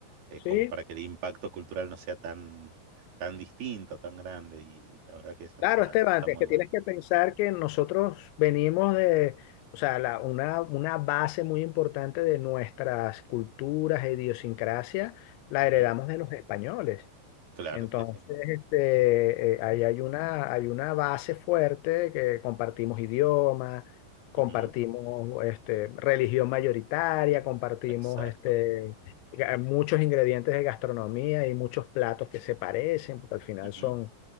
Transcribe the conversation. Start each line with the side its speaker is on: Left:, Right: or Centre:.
Right: eh, como
Left: Sí,
Right: para que el impacto cultural no sea tan, tan distinto, tan grande, y la verdad que eso
Left: Claro,
Right: está,
Left: Esteban,
Right: está muy
Left: es que
Right: bueno.
Left: tienes que pensar que nosotros venimos de, o sea, la- una, una base muy importante de nuestras culturas e idiosincrasia la
Right: Ujú,
Left: heredamos de los españoles.
Right: Claro,
Left: Entonces,
Right: sí, sí.
Left: este, eh, ahí hay una, hay una base fuerte que compartimos idioma, compartimos
Right: Ujú,
Left: este, religión mayoritaria, compartimos
Right: Exacto.
Left: este, ga- muchos ingredientes de gastronomía y muchos platos que se parecen, porque al final
Right: Ujú,
Left: son